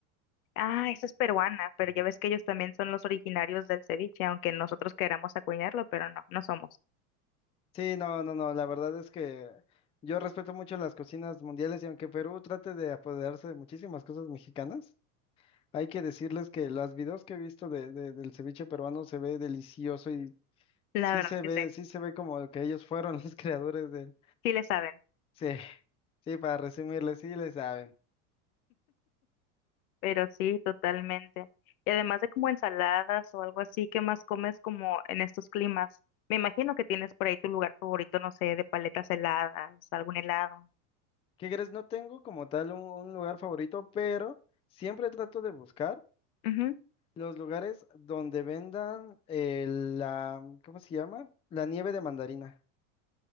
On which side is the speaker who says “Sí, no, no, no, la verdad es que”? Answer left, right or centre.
Left